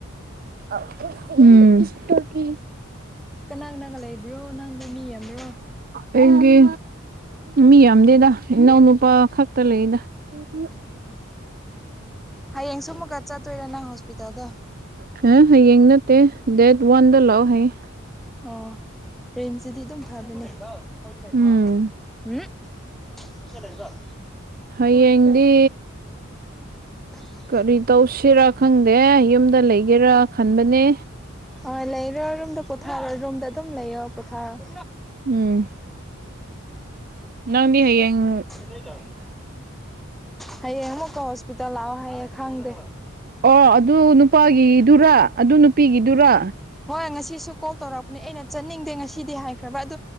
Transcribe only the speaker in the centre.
ꯀꯅꯥ ꯀꯅꯥꯒ ꯂꯩꯕ꯭ꯔꯣ ꯅꯪꯗꯤ ꯃꯤ ꯌꯝꯕ꯭ꯔꯣ?
ꯎꯝ ꯍꯌꯦꯡ ꯁꯨ ꯑꯃꯨꯛꯀ ꯆꯠꯇꯣꯏꯔ ꯅꯪ ꯍꯣꯁꯄꯤꯇꯥꯜꯗꯣ?
ꯑꯣ ꯔꯤꯝꯁꯇꯗꯤ ꯑꯗꯨꯝ ꯐꯕꯅꯦ <unintelligible> ꯀꯣꯏ ꯂꯩꯃꯥ
ꯎꯝ <unintelligible> ꯂꯩꯕꯔ
<unintelligible>
ꯑꯣ ꯂꯩꯔꯣ ꯔꯨꯝꯗ ꯄꯣꯊꯥꯔꯣ ꯔꯨꯝꯗ ꯑꯗꯨꯝ ꯂꯩꯌꯣ ꯄꯣꯊꯥꯔꯣ <unintelligible>
<unintelligible> ꯍꯌꯦꯡ ꯑꯃꯨꯛꯀꯥ ꯍꯣꯁꯄꯤꯇꯥꯜ ꯂꯥꯛꯑꯣ ꯍꯥꯏꯌꯦ ꯈꯪꯗꯦ
ꯍꯣꯏ ꯉꯁꯤꯁꯨ ꯀꯣꯜ ꯇꯧꯔꯛꯄꯅꯦ ꯑꯩꯅ ꯆꯠꯅꯤꯡꯗꯦ ꯉꯁꯤꯗꯤ ꯍꯥꯏꯈ꯭ꯔꯕ ꯑꯗꯨ